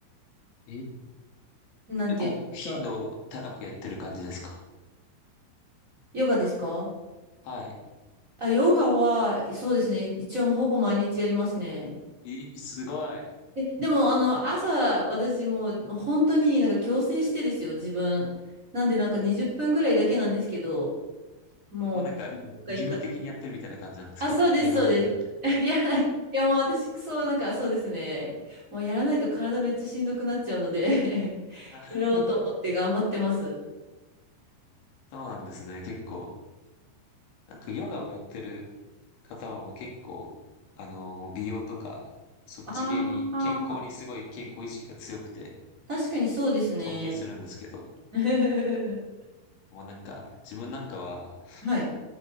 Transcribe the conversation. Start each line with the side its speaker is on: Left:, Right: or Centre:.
Left: え
Right: なんていうんですか。
Left: 結構頻度高くやってる感じですか
Right: ヨガですか
Left: はい。
Right: あ、ヨガは、そうですね。一応ほぼ毎日やりますね。
Left: えー、すごい。
Right: え、でも、あの、朝、私もう本当になんか強制してですよ、自分。なんで、なんか20分ぐらいだけなんですけど、もう、
Left: もうなんか義務的にやってるみたいな感じなんですかやらないとみたい
Right: どっか行かあ、そうです、そうです。<laughs> いや、いやもう私、そう、なんかそうですね。もうやらないと体めっちゃしんどくなっちゃうので <laughs>
Left: な。<laughs>
Right: やろうと思って頑張ってます。
Left: そうなんですね。結構。なんかヨガをやってる方はもう結構、あの、もう美容とか、そっち系に、
Right: ああ、
Left: 健康にすごい健康意識が強くて、
Right: 確かにそうですね。
Left: 尊敬するんですけど、
Right: <laughs>
Left: もうなんか、自分なんかは、
Right: はい。